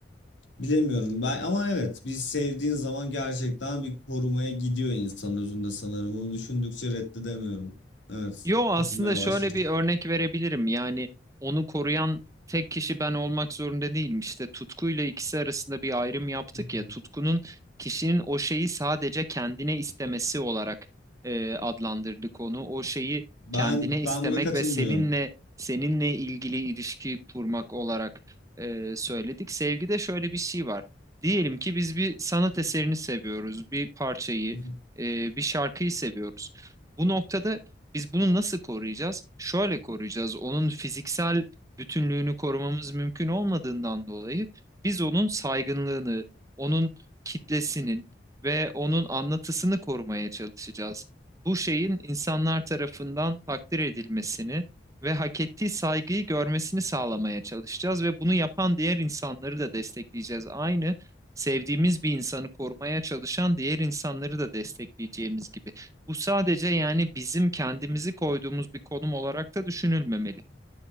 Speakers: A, on the left; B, on the right.
A: Bilemiyorum ben ama evet biz sevdiğin zaman gerçekten bir korumaya gidiyor insan özünde sanırım. Bunu düşündükçe reddedemiyorum. Evet,
B: Yo aslında
A: katılmaya
B: şöyle
A: başladım.
B: bir örnek verebilirim. Yani onu koruyan tek kişi ben olmak zorunda değilim. İşte tutkuyla ikisi arasında bir ayrım yaptık
A: <laughs>
B: ya. Tutkunun kişinin o şeyi sadece kendine istemesi olarak e, adlandırdık onu. O şeyi
A: Ben
B: kendine istemek
A: ben buna katılmıyorum.
B: ve seninle seninle ilgili ilişki kurmak olarak e, söyledik. Sevgide şöyle bir şey var. Diyelim ki biz bir sanat eserini seviyoruz, bir parçayı,
A: <laughs>
B: e, bir şarkıyı seviyoruz. Bu noktada biz bunu nasıl koruyacağız? Şöyle koruyacağız. Onun fiziksel bütünlüğünü korumamız mümkün olmadığından dolayı biz onun saygınlığını, onun kitlesinin ve onun anlatısını korumaya çalışacağız. Bu şeyin insanlar tarafından takdir edilmesini ve hak ettiği saygıyı görmesini sağlamaya çalışacağız ve bunu yapan diğer insanları da destekleyeceğiz. Aynı sevdiğimiz bir insanı korumaya çalışan diğer insanları da destekleyeceğimiz gibi. Bu sadece yani bizim kendimizi koyduğumuz bir konum olarak da düşünülmemeli.